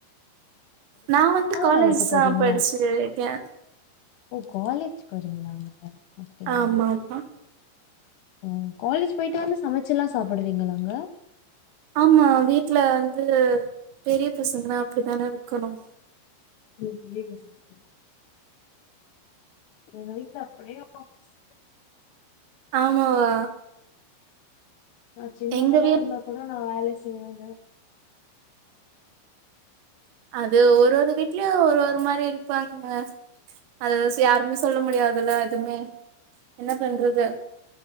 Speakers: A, on the right; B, on the left.
A: நா வந்து காலேஜ்
B: வேலைக்கு
A: தா
B: போறீங்களா
A: படிச்சு ய
B: ஓ காலேஜ் போறீங்களாங்க அப்டியா
A: ஆமா ஆமா
B: ஓ காலேஜ் போயிட்டு வந்து சமச்சுல்லா சாப்புடுவீங்களாங்க
A: ஆமா வீட்ல வந்து பெரிய பசங்க அப்டிதான இருக்கணும்
B: <unintelligible> எங்க வீட்ல அப்டியே ஆப்போசிட்டு
A: ஆமாவா
B: நா சின்னவலா
A: எங்க வீட்
B: இருந்தா கூட நா வேலையே செய்ய வேண்டா
A: அது ஒரு ஒரு வீட்லயு ஒரு ஒரு மாரி இருப்பாங்க அத யாருமே சொல்ல முடியாதுல்ல எதுமே என்ன பண்றது